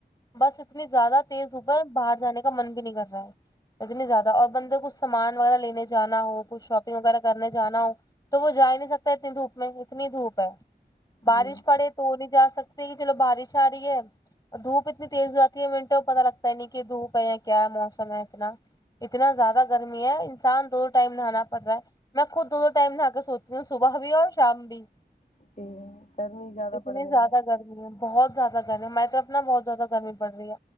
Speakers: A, on the left; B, on the left.
A: بس اتنی زیادہ تیز دھوپ ہے باہر جانے کا من بھی نہیں کر رہا ہے اتنی زیادہ اور بندے کچھ سامان وغیرہ لینے جانا ہو کچھ شاپنگ وغیرہ کرنے جانا ہو تو وہ جا ہی نہیں سکتا اتنی دھوپ میں اتنی دھوپ ہے بارش
B: جی
A: پڑے تو وہ نہیں جا سکتے کہ چلو بارش آ رہی ہے اور دھوپ اتنی تیز ہو جاتی ہے منٹوں پتہ لگتا نہیں کی دھوپ ہے یا کیا موسم ہے اتنا اتنا زیادہ گرمی ہے انسان دو ٹائم نہانا پڑ رہا ہے میں خود دودو ٹائم نہا تی ہوں صبح بھی اور شام بھی
B: جی گرمی زیادہ
A: اتنی
B: پڑ رہی
A: زیادہ
B: ہے
A: گر می ہے بہت زیادہ گرمی ہے میں تو اپنا بہت زیادہ گرمی پڑ رہی ہے